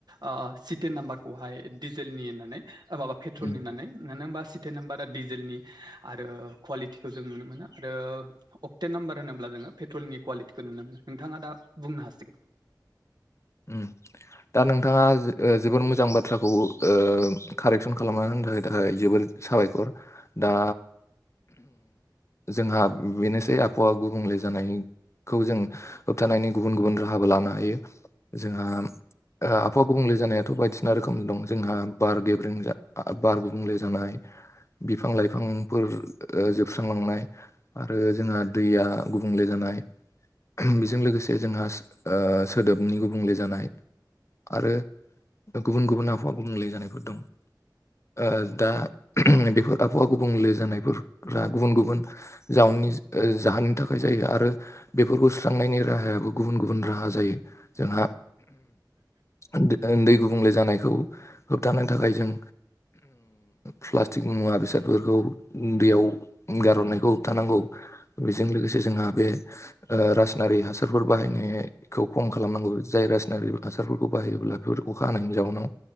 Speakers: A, on the right; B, on the left.
A: ओ सिटेन नाम्बारखौहाय डिजेलनि होननानै माबा पेट्रलनि
B: उम
A: होननानै मानो होमबा सिटेन नाम्बारा दिजेलनि आरो क्वालिटिखौ जों नुनो मोनो दों अक्टे नाम्बार होनोब्ला जोङो पेट्रलनि कुवालिटिखौ मोनो नोंथाङा दा बुंनो हासिगोन
B: उम दा नोंथाङा ओ जोबोर मोजां बाथ्राखौ ओ कारेक्सन खालामना होनो थाखाय थाखाय जोबोर साबायखर दा जोंहा बेनोसै आबहावा गुबुंले जानायनि खौ जों होबथानायनि गुबुन गुबुन राहाबो लानो हायो जोंहा ओ आबहावा गुबुंले जानायाथ' बायदिसिना रोखोम दं जोंहा बार गेबं बार गुबुंले जानाय बिफां लाइफांफोर ओ जोबस्रांलांनाय आरो जोंहा दैया गुबुंले जानाय बेजों लोगोसे जोंहा ओ सोदोबनि गुब बुंले जानाय आरो गुबुन गुबुन आबहावा गुबुंले जानायफोर दं ओ दा बेफोर आबहावा गुबुंले जानायफोरा गुबुन गुबुन जाउननि ओ जाहोननि थाखाय जायो आरो बेफोरखौ सुस्रांनायनि राहायाबो गुबुन गुबुन राहा जायो जोंहा उन्दै गुबुंले जानायखौ होबथानो थाखाय जों प्लास्टिक मुवा बेसादफोरखौ दैआव गार'नायखौ होबथानांगौ बेजों लोगोसे जोंहा बे ओ रासायनारि हासारफोर बाहायनायखौ खम खालामनांगौ जाय रासनारि हासारफोरखौ बाहायोब्ला बेफोर अखा हानायनि जाउनाव